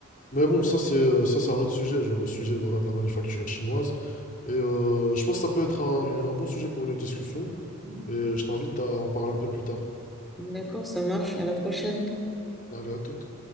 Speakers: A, on the left; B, in the centre.
A: Mais bon, ça c'est euh, ça c'est un autre sujet, genre le sujet voilà, de la manufacture chinoise. Et euh, je pense que ça peut être un, un bon sujet pour une autre discussion.
B: Mhm.
A: Et je t'invite à en parler un peu plus tard.
B: D'accord, ça marche. À la prochaine.
A: Allez, à toute.